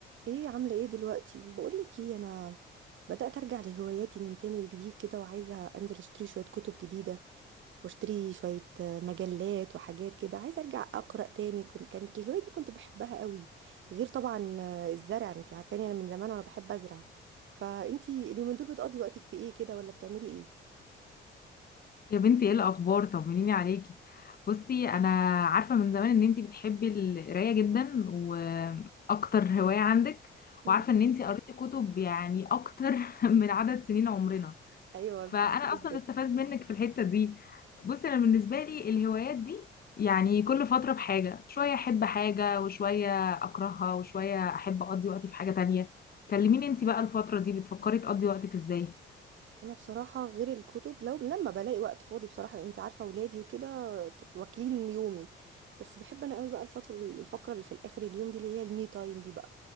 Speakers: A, on the right; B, on the left.
A: ايه عاملة ايه دلوقتي بقولك ايه انا بدأت ارجع لهواياتي من تاني وجديد كده وعايزة انزل اشتري شوية كتب جديدة واشتري شوية آه، مجلات وحاجات كده عايزة ارجع اقرأ تاني كنت كانت الهواية دي كنت بحبها قوي غير طبعا آه، الزرع انت عارفاني انا من زمان وانا بحب ازرع فانتي اليومين دول بتقضي وقتك في ايه كده ولا بتعملي ايه
B: يا بنتي ايه الاخبار طمنيني عليكي بصي انا عارفه من زمان ان انتي بتحبي القرايه جدا واكتر هوايه عندك
A: مم.
B: وعارفه ان انتي قريتي كتب يعني اكتر <laughs> من عدد سنين عمرنا
A: ايوه
B: فانا
A: أنا بحبها
B: اصلا
A: جدا
B: استفاد منك في الحته دي بصي انا بالنسبه لي الهوايات دي يعني كل فتره بحاجه شويه احب حاجه وشويه اكرهها وشويه احب اقضي وقتي في حاجه تانية كلميني انتي بقى الفتره دي بتفكري تقضي وقتك ازاي
A: انا بصراحه غير الكتب لو لما بلاقي وقت فاضي بصراحه لان انت عارفه اولادي وكده ت- واكلين يومي بس بحب انا قوي بقى الفتره الفقره اللي في الاخر اليوم دي اللي هي المي تايم دي بقى